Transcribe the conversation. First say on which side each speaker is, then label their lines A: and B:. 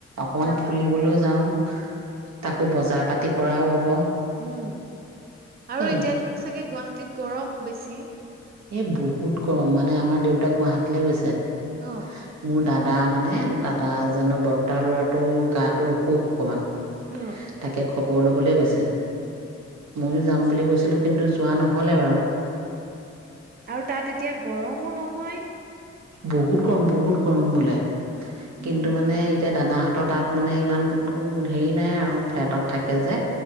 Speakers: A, on the right; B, on the right.
A: অকমান
B: যাবা
A: ফুৰিবলৈ যাওঁ তাকো বজাৰ পাতি কৰাও হ'ব।
B: উম আৰু
A: এ
B: এতিয়াটো চাগে গুৱাহাটী টিত গৰম বেছি
A: এ বহুত গৰম মানে আমাৰ দেউতাক গুৱাহাটীলৈ গৈছে।
B: অ'
A: মোৰ দাদা মানে দাদা দা এজনৰ বৰ্তাৰ ল'ৰা তটো গাটো অসুখ অকণমান
B: অ
A: তাকে খবৰ ল'বলৈ গৈছে ময়ো যাম বুলি কৈছিলোঁ কিন্তু যোৱা নহ'লে বাৰু
B: আৰু তাত এতিয়া গৰমো নহয়
A: বহুত গৰম বহুত গৰম বোলে। কিন্তু
B: উম
A: মানে এতিয়া দাদাহত সিহঁতৰ তাত মানে ইমান হেৰি নাই আৰু ফ্লেটত থাকে যে